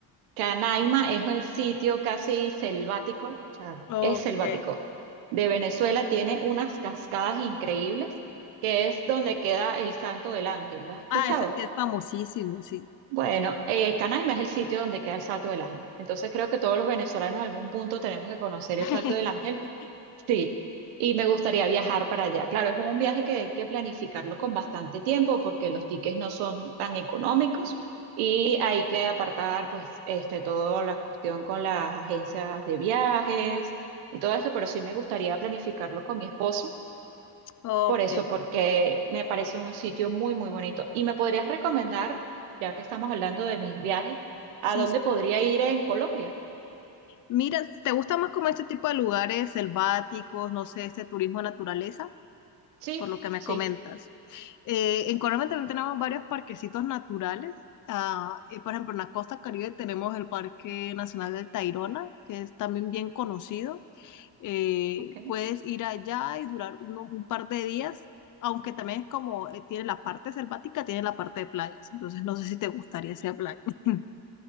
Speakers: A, on the right; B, on the left.
A: Canaima es el sitio casi selvático, o sea,
B: Ok.
A: es selvático, de Venezuela. Tiene unas cascadas increíbles, que es donde queda el Santo del Ángel. ¿Lo has escuchado?
B: Ah, ese sí es famosísimo, sí.
A: Bueno, eh, Canaima es el sitio donde queda el Salto del Ángel. Entonces creo que todos los venezolanos en algún punto tenemos que conocer
B: <laughs>
A: el Salto del Ángel. Sí, y me gustaría viajar para allá. Claro, es un viaje que hay que planificarlo con bastante tiempo porque los tickets no son tan económicos y hay que apartar pues este, toda la cuestión con las agencias de viajes y todo esto, pero sí me gustaría planificarlo con mi esposo
B: Ok,
A: por eso, porque me parece un sitio muy, muy bonito. ¿Y me podrías recomendar, ya que estamos hablando de mis viajes,
B: sí,
A: a dónde
B: sí.
A: podría ir en Colombia?
B: Mira, ¿te gusta más como este tipo de lugares selváticos, no sé, este turismo de naturaleza?
A: Sí,
B: Por lo que me
A: sí,
B: comentas. Eh, en Colombia también tenemos varios parquecitos naturales. Ah, y por ejemplo, en la costa Caribe tenemos el Parque Nacional del Tayrona, que es también bien conocido. eh,
A: ok.
B: puedes ir allá y durar uno- un par de días, aunque también es como, eh, tiene la parte selvática, tiene la parte de playas, entonces no sé si te gustaría ese plan. <laughs>